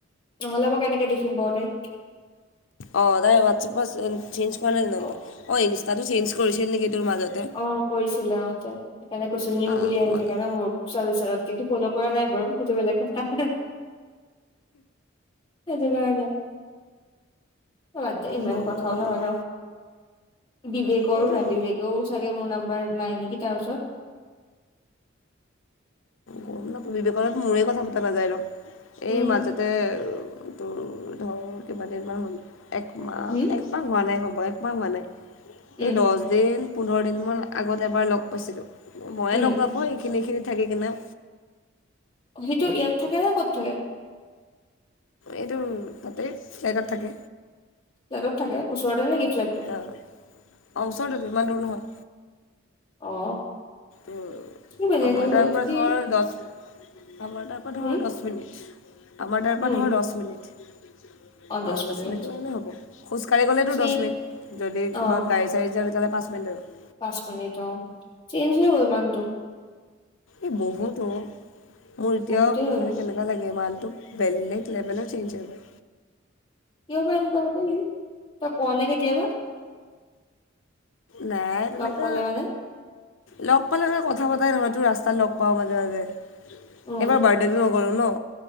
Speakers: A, on the left; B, on the left.
A: নহ'লে মই কেনেকে দেখিম বাও তাইক।
B: অ তাৰ ৱাটছাপছ এইন চেঞ্জ কৰা নাই নম্বাৰ
A: অ
B: অ ইনষ্টাটো চেঞ্জ কৰিছিল নেকি তোৰ মাজতে।
A: অ কৰিছিলে অ তাই সেইকাৰণে কৈছো নিউ
B: অঁ
A: বুলি আহি
B: মাজত
A: থাকে ন মোৰ। চাবিচনত কিন্তু ফলো কৰা নাই বাৰু সেইটো বেলেগ কথা। সেইটো কাৰণে বাদ দে ইমান
B: ৰঙালী
A: কথাও নহয় ন। বিবেকৰো
B: এইটোৱেতো
A: নাই বিবেকেও চাগে মোৰ নাম্বাৰ নাই নেকি তাৰ ওচৰত।
B: গম নাপাওঁ বিবেকৰ লগত মোৰে কথা পতা নাযায় ৰ
A: উম
B: এই মাজত তে তোৰ ধৰ কিমান দিনমান হ'ল একমাহ
A: হম
B: এক ইমান হোৱা নাই হ'বা একমাহ হোৱা নাই,
A: উম
B: এই দছদিন পোন্ধৰ দিনমান আগত এবাৰ লগ পাইছিলোঁ। ময়ে
A: উম
B: লগ নাপাওঁ এইখিনিখিনি থাকি কিনে।
A: সেইটো ইয়াত থাকে ন ক'ত থাকে?
B: এইটো তাতে ফ্লেটত থাকে।
A: ফ্লেটত থাকে ওচৰতে নেকি ফ্লেটটো?
B: অ অ ওচৰতেটো ইমান দূৰ নহয়।
A: অ।
B: উ
A: কি বেলেগ
B: আমাৰ
A: হৈ
B: তা
A: গ'ল
B: পৰা
A: কি
B: ধৰ দছ আমাৰ তাৰ পৰা
A: হম
B: ধৰ দছ মিনিট, আমাৰ তাৰ
A: উম
B: পৰা ধৰ দছ মিনিট। অ
A: দহ
B: দছ
A: মিনিট
B: মিনিটৰ কাৰণে হ'ব। খোজকাঢ়ি গ'লেতো
A: চি
B: দছ মিনিট যদি
A: অ
B: কিবা গাড়ী চা- সেই তালে তালে পাঁচ মিনিট আৰু।
A: পাঁচ মিনিট অ চেঞ্জ হৈ গ'ল মানুহটো।
B: এই বহুতো অ মোৰ এতিয়াও
A: বহুতেই হৈ গ'ল
B: মানে কেনেক- না লাগে মানুহটোক বেলেগ লেভেল চেঞ্জ হৈ গ'ল।
A: কিয় হয় এনেকুৱা <unintelligible> তই ক নে কেতিয়াবা
B: নাই তেনেকা
A: লগ পালে মানে
B: লগ পালে মানে কথা পাতাই নহয় তোৰ ৰাস্তাত লগ পাও মাজে মাজে এইবাৰ
A: উম
B: বাৰ্ড- তেটো নগলো ন।